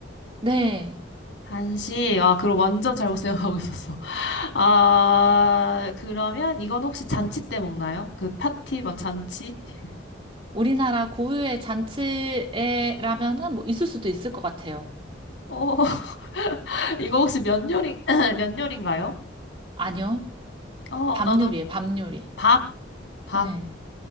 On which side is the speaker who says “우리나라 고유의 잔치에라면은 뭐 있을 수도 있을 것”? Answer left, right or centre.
Right